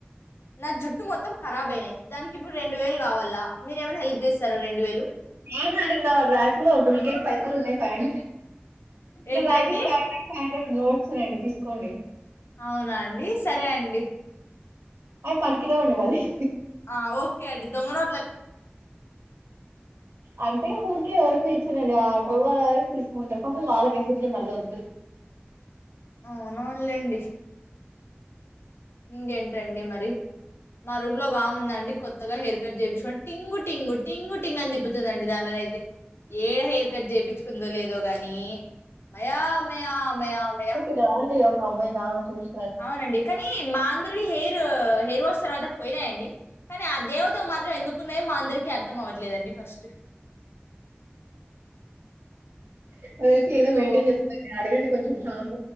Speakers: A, on the left; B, on the right.
A: నా జుట్టు మొత్తం కరాబ్ అయినయి దానికి ఇప్పుడు రెండు వేలు గావాలా మీరు ఏమైనా హెల్ప్ చేస్తర రెండు వేలు
B: ఆహా నా ర్యాక్ లో డుబ్లికేట్ పైసలు ఉన్నాయి ఫైవ్ నా
A: ఏంటండి
B: ర్యాక్ లో five hundred five hundred notes ఉన్నయండి తీసుకోండి
A: అవునా అండి సరే అండి
B: అవి పనికి రావండి వాళ్ళయి
A: ఆఓకే అండి దొంగనోట్లే
B: అంటే ఊరికే ఎవరకో ఇచ్చిరండి ఆటవ్వవారు తీసుకుంటారు పాపం వాళ్ళకి ఎందుకులే మళ్ళ వద్దు
A: అవును అవున్లేండి ఇంకేంటండి మరి మా రూమ్ లో వాముందండి కొత్తగా హెయిర్ కట్ చేపిచ్ షో <inaudible> టింగు టింగు టింగుట్ టింగ్ అని తిప్పుతుందండి దాందోలో ద్ అయితే ఏడ హెయిర్ కట్ జేపిచ్చుకుందో లేదో దో గనీ న్ మయా మయా మయా మయా
B: దే రావండీ ఒక అమ్మాయి <inaudible> చూస్
A: అవునండి కానీ మా అందరివి హెయిర్ హెయిర్ వాస్ తర్వాత పోయిలైయండి కానీ ఆ దేవతకు మాత్రం ఎందుకున్నాయో మా అందరికి అర్థం అవట్లేదండి ఫస్ట్
B: <inaudible> ఏదో
A: సో
B: మెయింటేన్ జేస్తుందండి అడగండి కొం షా <inaudible>